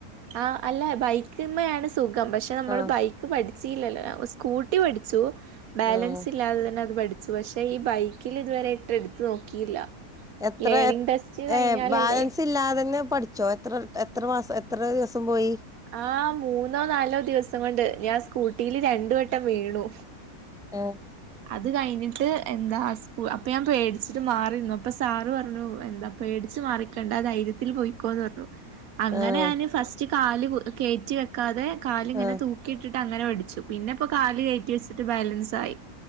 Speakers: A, on the right; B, in the centre.
A: ആ അല്ല ബൈക്ക്മ്മയാണ് സുഖം പക്ഷെ നമ്മള്
B: ആഹ്
A: ബൈക്ക് പഠി സി ഇല്ലല്ലൊ ഞപൊ സ്കൂട്ടി പഠിച്ചു ബാലൻസ്
B: ആഹ്
A: ഇല്ലാതെ തന്നെ ത് പഠിച്ചു പക്ഷെ ഈ ബൈക്കില് ഇതുവരെ എട്ട് എടുത്ത് നോക്കിയില്ല
B: എത്ര
A: ലേണിംഗ് ടെസ്റ്റ് കഴിഞ്ഞാലല്ലേ
B: ഏ ബാലൻസ് ഇല്ലാതെന്നെ പഠിച്ച ച്ചോ എത്ര എത്ര മാസം എത്രദിവസം പോയി
A: ആ മൂന്നോ നാലോ ദിവസം കൊണ്ട് ഞാൻ സ്കൂട്ടിയില് രണ്ട് വട്ടം വീണു
B: എ
A: അത് കഴിഞ്ഞിട്ട് എന്താ സ്കു അപ്പൊ ഞാൻ പേടിച്ചിട്ട് മാറിന്നു അപ്പൊ സാറ് പറഞ്ഞു എന്താ പേടിച്ച് മാറിക്കണ്ട ധൈര്യത്തിൽ പോയിക്കോന്ന് പറഞ്ഞു അങ്ങനെ
B: ആഹ്
A: ഞാന് ഫസ്റ്റ് കാല് കു കയറ്റി വെക്കാതെ കാല് ഇങ്ങനെ
B: ആഹ്
A: തൂക്കിയിട്ടി ട്ടങ്ങനെ പഠിച്ചു പിന്നെ ഇപ്പൊ കാല് കയറ്റി വെച്ചിട്ട് ബാലൻസ് <unintelligible>